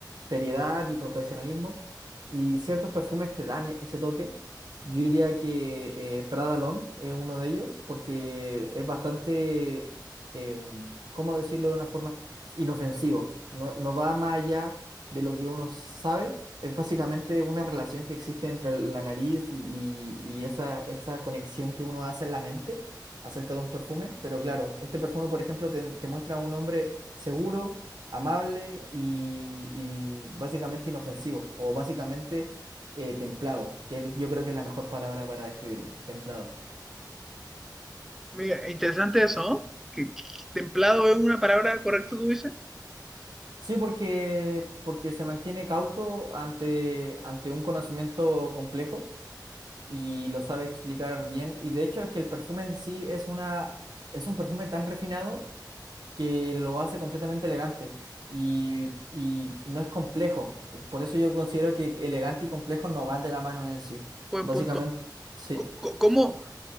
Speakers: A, on the right; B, in the centre.
A: seriedad y profesionalismo. Y ciertos perfumes te dan e- ese toque. Yo diría que eh, Prada L'Homme es uno de ellos porque es bastante, em, ¿cómo decirlo de una forma? Inofensivo. No, no va más allá de lo que uno sabe. Es básicamente una relación que existe entre la nariz y, y- y esa, esa conexión que uno hace en la mente acerca de un perfume. Pero claro, este perfume, por ejemplo, te, te muestra a un hombre seguro amable y, y básicamente inofensivo o básicamente eh, templado, que él- yo creo que es la mejor palabra para describirlo, templado.
B: Mira, interesante eso, ¿no? Que, que- templado es una palabra correcta, tú dices.
A: Sí, porque, porque se mantiene cauto ante, ante un conocimiento complejo y lo sabe explicar bien. Y de hecho es que el perfume en sí es una, es un perfume tan refinado que lo hace completamente elegante y, y no es complejo. Por eso yo considero que elegante y complejo no van de la mano en sí.
B: Buen
A: Básicamente,
B: punto.
A: sí.
B: Co- co- ¿Cómo,